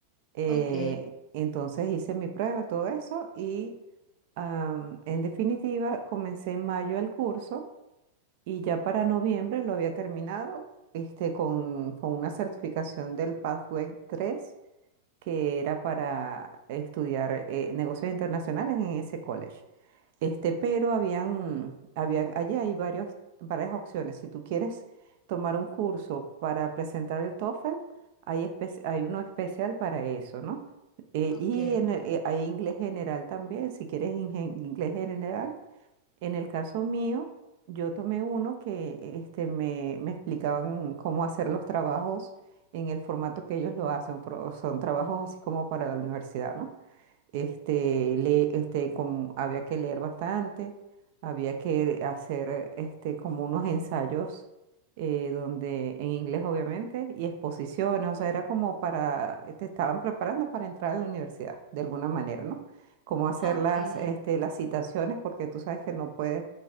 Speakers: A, on the right; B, on the left.
A: Eh,
B: Ok,
A: entonces hice mi prueba, todo eso, y am, en definitiva comencé en mayo el curso. Y ya para noviembre lo había terminado este, con, con una certificación del Pathway 3 que era para estudiar eh, negocios internacionales en ese college. Este, pero habían, habían, allí hay varios, varias opciones. Si tú quieres tomar un curso para presentar el TOEFL, hay, espe- hay uno especial para eso, ¿no? Eh,
B: ok,
A: y en el- eh, hay inglés general también, si quieres ingen- inglés general. En el caso mío, yo tomé uno que este, me, me explicaban cómo hacer los trabajos en el formato que ellos lo hacen. pro- Son trabajos así como para la universidad, ¿no? Este, le, este, como había que leer bastante, había que hacer este, como unos ensayos eh, donde, en inglés obviamente, y exposiciones, o sea, era como para, te estaban preparando para entrar a la universidad, de alguna manera, ¿no? Cómo hacer
B: ok.
A: las, este, las citaciones, porque tú sabes que no puedes